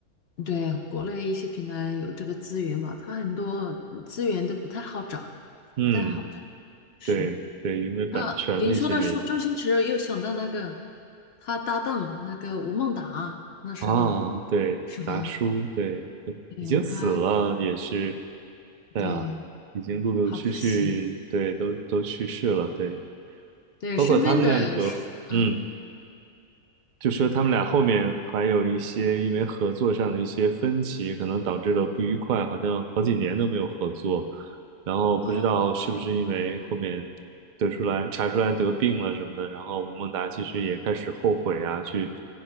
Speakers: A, on the left; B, on the right.
A: 对，国内一些平台有这个资源嘛，它很多资源都不太好找，
B: 嗯，
A: 不太好找。是，
B: 对对，因为版权的一些原因
A: 那您说到说周星驰，又想到那个他搭档那个吴孟达，那时候
B: 啊，对，
A: 是吧？
B: 达叔，对，呃已经死了，
A: 对，他
B: 也是，哎呀，
A: 对，
B: 已经陆陆续续，
A: 好可惜。
B: 对，都都去世了，对，
A: 对，
B: 包括他们两个，
A: 身边的是嗯，
B: 嗯，就说他们俩后面还有一些因为合作上的一些分歧，可能导致了不愉快，好像好几年都没有合作。然后不知道是不是因为后面得出来查出来得病了什么的，
A: 哦，
B: 然后吴孟达其实也开始后悔啊，去